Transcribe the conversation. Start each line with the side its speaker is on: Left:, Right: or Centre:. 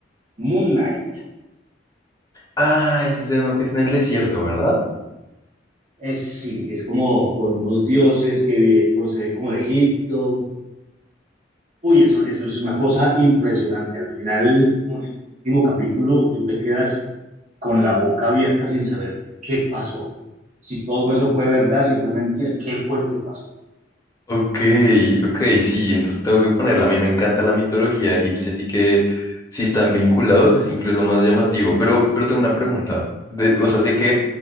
Right: Moon Knight.
Left: Ah, ese es uno que es en el desierto, ¿verdad?
Right: Es, sí, es como con unos dioses que proceden como de Egipto, Uy, eso, eso es una cosa impresionante. Al final, en el último capítulo, tú te quedas con la boca abierta sin saber qué pasó, si todo eso fue verdad, si fue mentira, qué fue lo que pasó.
Left: Ok, ok, sí, entonces tengo que ponerla. A mí me encanta la mitología egipcia, así que si están vinculados es incluso más llamativo. Pero, pero tengo una pregunta. De- o sea, sé que,